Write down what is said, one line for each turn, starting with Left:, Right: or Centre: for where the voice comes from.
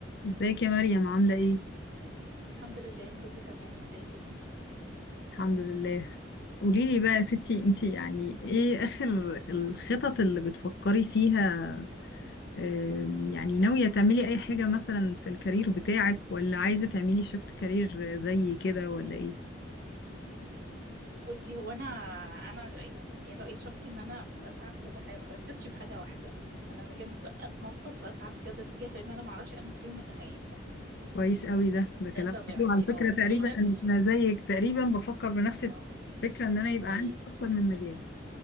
Left: ازيك يا مريم عاملة ايه؟
Right: الحمد لله كله تمام ازيك انت
Left: الحمد لله قوليلي بقى يا ستي انتي يعني ايه اخر الخطط اللي بتفكري فيها آم، يعني ناوية تعملي اي حاجة مثلا في الكارير بتاعك ولا عايزة تعملي شيفت كارير زي كده ولا ايه؟
Right: بصي هو انا انا ج- يعني رايي الشخصي ان انا بسعى في كذا حاجه ما بركزش في حاجه واحده انا بحب اتنطط واسعى في كذا اتجاه لان انا ما اعرفش انهم فيهم اللي هينجح
Left: كويس قوي ده ده
Right: ده
Left: كلام
Right: طبيعتي
Left: حلو على فكرة
Right: اه
Left: تقريبا
Right: في ناس
Left: انا أنا زيك تقريبا بفكر بنفس
Right: اه
Left: الفكرة ان انا يبقى
Right: كويس
Left: عندي اكتر من مجال